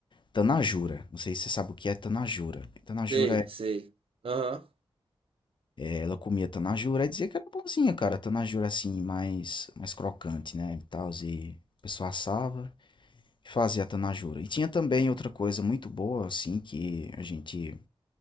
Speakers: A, on the left; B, on the right.
A: tanajura. Não sei se você sabe o que é tanajura. Tanajura
B: Sei,
A: é,
B: sei. Aham.
A: é, ela comia tanajura e dizia que era bonzinha, cara. Tanajura assim, mais, mais crocante, né? E tal, e a pessoa assava e fazia tanajura. E tinha também outra coisa muito boa, assim, que a gente